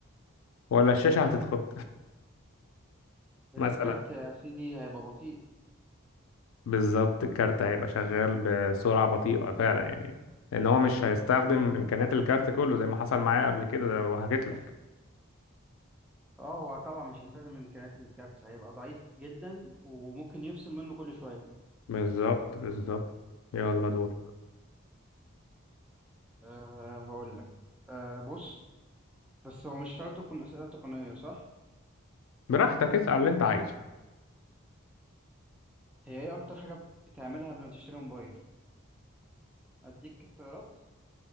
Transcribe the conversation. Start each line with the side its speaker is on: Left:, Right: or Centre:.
Left: ولا الشاشة هتتخض مثلا
Centre: الكارت يا سيدي هيبقى بطيء
Left: بالظبط الكارت هيبقى شغال بسرعة بطيئة فعلا يعني لأن هو مش هيستخدم إمكانيات الكارت كله زي ما حصل معايا قبل كده ده وحكيت لك
Centre: أه هو طبعا مش هيستخدم إمكانيات الكارت هيبقى ضعيف جدا وممكن يفصل منه كل شوية
Left: بالظبط بالظبط يلا دور
Centre: آه هقول لك آه بص بس هو مش شرط تكون أسئلة تقنية صح؟
Left: براحتك اسأل اللي أنت عايزه
Centre: هي إيه أكتر حاجة بتعملها قبل ما تشتري موبايل؟ أديك اختيارات